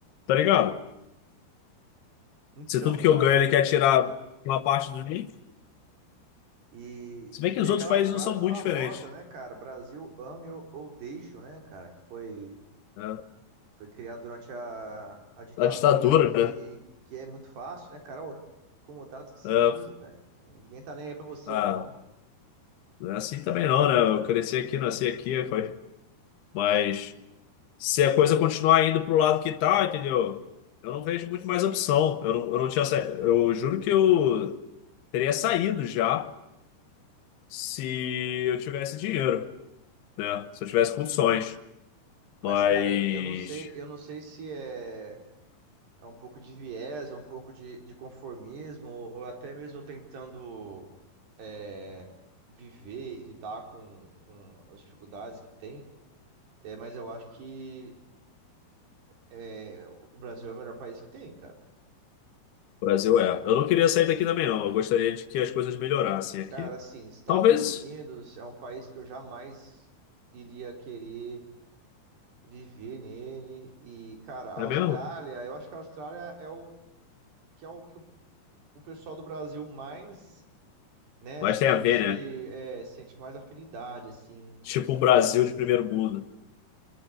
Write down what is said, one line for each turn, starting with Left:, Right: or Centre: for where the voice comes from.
Left: Tá ligado?
Right: Então,
Left: Se tudo que
Right: cara,
Left: eu ganho ele quer tirar uma parte do mim.
Right: e,
Left: Se bem
Right: e tem
Left: que os
Right: aquela
Left: outros países
Right: frase
Left: não são
Right: famosa,
Left: muito diferentes.
Right: né, cara? Brasil ame ou ou deixe, né, cara? Que foi,
Left: né?
Right: foi criada durante a, a ditadura,
Left: A ditadura,
Right: que,
Left: né?
Right: que é muito fácil, né, cara? Ô, Incomodados que se
Left: É,
Right: mudem, cara. Ninguém tá nem aí pra você,
Left: ah,
Right: não.
Left: não é assim também não, né? Eu cresci aqui, nasci aqui, foi. Mas se a coisa continuar indo pro lado que tá, entendeu? Eu não vejo muito mais opção. Eu não, eu não tinha. sa- Eu juro que eu teria saído já se eu tivesse dinheiro, né? Se eu tivesse condições.
Right: Mas,
Left: Mas
Right: cara, eu não sei, eu não sei se é. É um pouco de viés, é um pouco de, de conformismo, ou até mesmo tentando é, viver e lidar com, com as dificuldades que tem. É, mas eu acho que é, o Brasil é o melhor país que tem, cara.
Left: o Brasil é. Eu não queria sair daqui
Right: Pelo,
Left: também, não. Eu gostaria de que as coisas melhorassem aqui.
Right: cara, assim, Estados
Left: Talvez,
Right: Unidos é um país que eu jamais iria querer viver nele. E, cara, a Austrália,
Left: é mesmo?
Right: eu acho que a Austrália é o que é o que o o pessoal do Brasil mais né?
Left: Mas
Right: Sente,
Left: tem a ver, né?
Right: é, sente mais afinidade, assim.
Left: Tipo um Brasil de primeiro mundo.